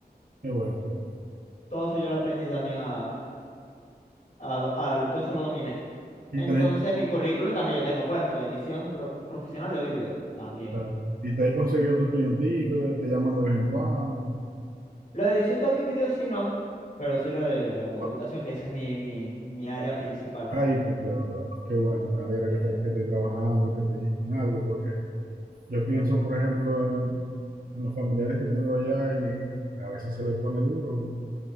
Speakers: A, on the right; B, on the left.
A: qué bueno, qué bueno.
B: Todo eso yo lo aprendí también a, a do- a- todo eso lo dominé.
A: Y
B: Entonces
A: tenéis
B: en mi currículum también yo tengo puesto edición pro- profesional de audio y video, también.
A: Claro. Y te has conseguido tus clienticos, te, te llaman de vez en cuando.
B: Lo de edición de audio y video sí no, pero sí lo de, lo de computación,
A: Oh,
B: que esa es mi, mi, mi área principal,
A: Ahí,
B: pues.
A: pues claro, claro. Qué bueno, me alegra
B: Eh,
A: que, te- que estés trabajando y que estés en algo, porque yo pienso, por ejemplo, en, en los familiares que tengo allá y a veces se les pone duro, ¿no?